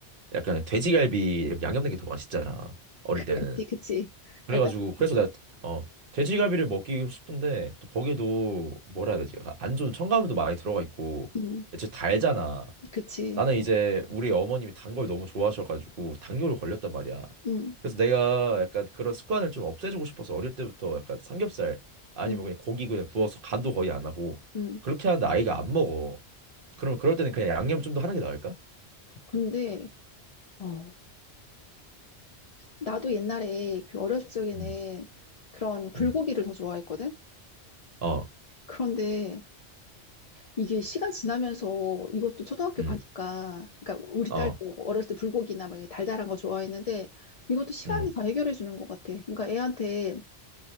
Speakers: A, on the right (about 55°); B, on the left (about 55°).
A: 약간 돼지갈비 이렇게 양념된 게 더 맛있잖아. 어릴 때는.
B: 그치, 그치.
A: 그래가지고
B: 달달하네.
A: 그래서 내가 어 돼지갈비를 먹기 싶은데 또 거기도 뭐라 해야 되지? 안 좋은 첨가물도 많이 들어가 있고
B: 응,
A: 진짜 달잖아.
B: 그치.
A: 나는 이제 우리 어머님이 단 걸 너무 좋아하셔가지고 당뇨로 걸렸단 말이야.
B: 응,
A: 그래서 내가 약간 그런 습관을 좀 없애주고 싶어서 어릴 때부터 약간 삼겹살 아니면
B: 응,
A: 그냥 고기 그냥 구워서 간도 거의 안 하고
B: 응.
A: 그렇게 하는데 아이가 안 먹어. 그러면 그럴 때는 그냥 양념 좀 더 하는 게 나을까?
B: 근데 어 나도 옛날에 그 어렸을 적에는
A: 음.
B: 그런 불고기를
A: 음,
B: 더 좋아했거든.
A: 어,
B: 그런데 이게 시간 지나면서 이것도 초등학교
A: 음,
B: 가니까, 그러니까 우리
A: 어,
B: 딸도 어렸을 때 불고기나 막 이렇게 달달한 거 좋아했는데 이것도 시간이
A: 음,
B: 다 해결해 주는 것 같아. 그러니까 애한테